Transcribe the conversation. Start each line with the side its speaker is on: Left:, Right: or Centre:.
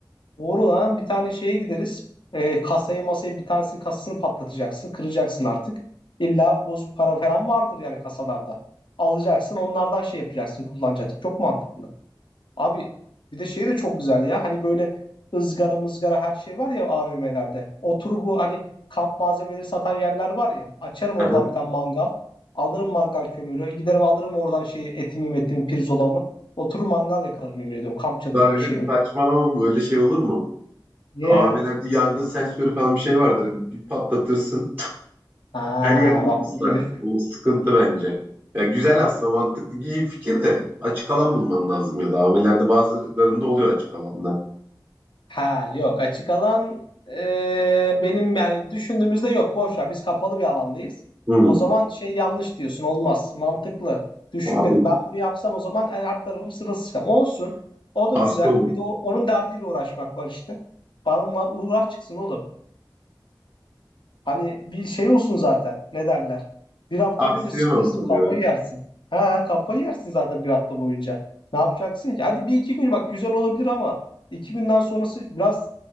Left: Doğru lan bir tane şeye gideriz. Ee, kasaya masaya bir tanesinin kasasını patlatacaksın. Kıracaksın artık. İlla bozuk para falan vardır yani kasalarda. Alacaksın onlardan şey yapacaksın kullanacaksın. Çok mantıklı. Abi bir de şey de çok güzel ya. Hani böyle ızgara mızgara her şey var ya AVM'lerde. Oturup bu hani kamp malzemeleri satan yerler var ya. Açarım
Right: Aha.
Left: oradan bir tane mangal. Alırım mangal kömürü. Giderim alırım oradan şeyi etimi metimi pirzolamı. Oturur mangal yakarım yemin ediyorum. Kamp çadırına
Right: Lan öyle
Left: şey.
Right: saçmalama Öyle şey olur mu?
Left: Niye
Right: AVM'lerde
Left: ya?
Right: yangın sensörü falan bir şey vardır. Bir patlatırsın.
Left: Ha
Right: Her yer
Left: bak
Right: ıslak.
Left: bu da güzel.
Right: O sıkıntı bence. Ya güzel aslında mantıklı iyi fikir de açık alan bulman lazım ya da AVM'lerde bazılarında oluyor açık alanda.
Left: Ha yok açık alan e, benim yani düşündüğümüzde yok boş ver biz kapalı bir alandayız.
Right: Hı.
Left: O zaman şey yanlış diyorsun olmaz mantıklı düşünmedim
Right: Abi
Left: ben bunu yapsam o zaman her tarafım sırılsıklam olsun o da
Right: hasta
Left: güzel
Right: olur.
Left: bir de o- onun derdiyle uğraşmak var işte bana ma- uğraş çıksın oğlum. Hani bir şey olsun zaten. Ne derler? Bir hafta
Right: Aksiyon
Left: boyunca sıkılırsın,
Right: olsun
Left: kafayı
Right: ya.
Left: yersin. Ha, kafayı yersin zaten bir hafta boyunca. Ne yapacaksın ki? Hadi bir iki gün bak güzel olabilir ama iki günden sonrası biraz